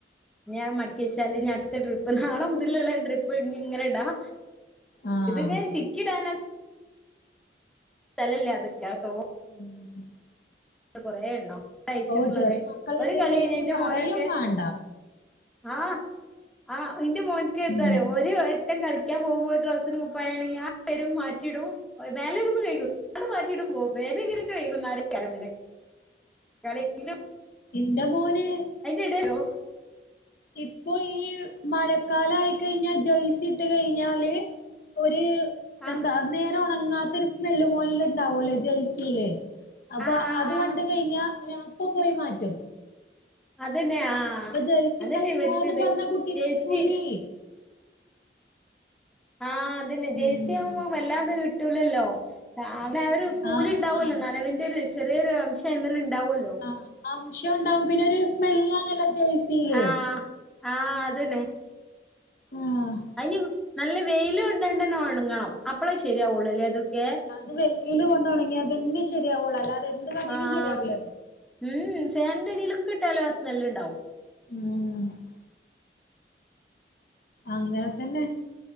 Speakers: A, in the centre; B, on the left.
A: ഞാൻ മടക്കി വെച്ചാല് ഇഞ്ഞി അടുത്ത ട്രിപ്പ് നാളെ മുതലുള്ള ട്രിപ്പ് ഇ ഇങ്ങനെ ഇടാം
B: ആഹ്
A: ഇതൊക്കെ ചിക്കി ഇടാനാ <unintelligible>
B: <inaudible>
A: കൊറെേ എണ്ണം കളിച്ചിട്ടുള്ളത്
B: ഓ ചെറിയ മക്കളുണ്ട്ന്നുണ്ടെങ്കി
A: ഒരു കളി കഴിഞ്ഞ ഇന്റെ
B: പറയും
A: മോനൊക്കെ-
B: വേണ്ട
A: ആഹ് ആഹ് ഇന്റെ മോന്ക്ക് എന്താ
B: ഉം
A: അറിയിവോ ഒരു- <unintelligible> കളിക്കാൻ പോകുമ്പോ ഒരു ഡ്രസ്സിന് കുപ്പായാണെങ്കിൽ ആ വരും മാറ്റിയിടും മേലൊന്നും കഴുക്കുല അത് മാറ്റിയിട്ട് പോവും മേലയ്ക <unintelligible> ലൊകെകെ വൈകു <unintelligible> ന്നാരേക്കാരം പിന്നെ <unintelligible>
B: ഇന്റെ മോന്-
A: അയിന്റെ എടേലോ
B: ഇപ്പൊ ഈ മഴക്കാലയായിക്കഴിഞ്ഞാ ജേഴ്സിയിട്ട് കഴിഞ്ഞാല്- ഒര്
A: ആഹ്
B: എന്താ നേരെ ഒണങ്ങാത്ത ഒരു സ്മെല്ല് പോലെ ഇണ്ടാവല്ലോ ജേഴ്സിയില് അപ്പൊ
A: ആഹ് ആഹ്
B: അത്
A: ആഹ്
B: കണ്ട് കഴിഞ്ഞാ ഓന് അപ്പ പോയി മാറ്റും
A: അത് തന്നെ ആഹ്
B: ഇപ്പൊ ജേഴ്സി
A: അത്
B: ഇടണ്ടാന്ന്
A: തന്നെ ഇവിടുത്തത്
B: പറഞ്ഞ കുട്ടി
A: ജേഴ്സി-
B: കേക്കൂലേ
A: ആഹ് അത് തന്നെ ജെയ്സി
B: ഉം
A: ആവുമ്പം വല്ലാതെ കിട്ടൂലല്ലോ അങ്ങ <unintelligible> നെ ഒരു പൂലുണ്ടാവുമല്ലോ
B: ആഹ് ആഹ്
A: നനവിന്റെ ഒരു ചെറിയൊരു അംശം അയ്മല് ഉണ്ടാവല്ലോ
B: ആഹ് അംശം ഉണ്ടാവും പിന്നൊരു സ്മെല്ലാണല്ലോ ജെയ്സില്
A: ആഹ് ആഹ് അത് തന്നെ
B: ആഹ്
A: അതിന് നല്ല വെയില് കോണ്ട് യൊണ്ട് ഒണങ്ങണം അപ്പളെ ശരിയാവുള്ളൂ അതൊക്കെ
B: അത് വെയില് കൊണ്ടൊണങ്ങിയത്തന്നെ ശരിയാവുള്ളൂ അല്ലാതെ എന്ത് കാട്ടിട്ടും
A: ആഹ്
B: ശരിയാവൂല അത്-
A: ഉം ഫാനിന്റെ അടീലൊക്കെയിട്ടാലും ആ സ്മെല്ല്ണ്ടാവും
B: ഉം അങ്ങനെ തന്നെ